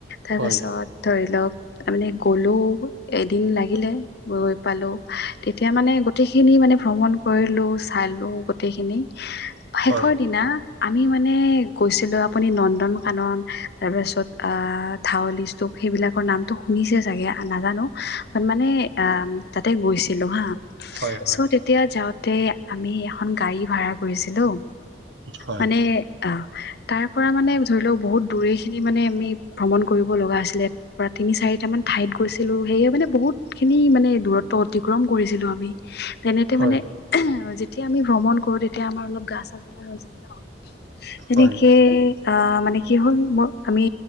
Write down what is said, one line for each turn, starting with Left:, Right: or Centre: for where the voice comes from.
Left: তাৰপাছত
Right: হয়
Left: ধৰি লওক তা মানে গলে এদিন লাগিলে গৈ পালো তেতিয়া মানে গোটেইখিনি মানে ভ্ৰমণ কৰিলো চালো গোটেইখিনি শেষৰ
Right: হয়
Left: দিনা আমি মানে গৈছিলো আপুনি নন্দন কানন তাৰপিছত আ থউলি স্তূপ সেইবিলাকৰ নামটো শুনিছে চাগে নাজানো মানে অ তাতে গৈছিলো হা
Right: হয় হয়
Left: চ' তেতিয়া যাওঁ তে আমি এখন গাড়ী ভাড়া কৰিছিলো
Right: হয়
Left: মানে অ তাৰ পৰা মানে ধৰি লওক বহুত দূৰে খিনি মানে আমি ভ্ৰমণ কৰিব লগা আছিলে পৰা তিনি চাৰি কেইটামান ঠাইত গৈছিলো সেয়ে মানে বহুত খিনি মানে দূৰত্ব অতিক্ৰম কৰিছিলো আমি। তেনেতে
Right: হয়
Left: মানে যেতিয়া আমি ভ্ৰমণ কৰো তেতিয়া আমাৰ অলপ গা চা বেয়া হৈ যায় ন এনেকে
Right: হয়
Left: আহ মানে কি হ'ল মোৰ আমি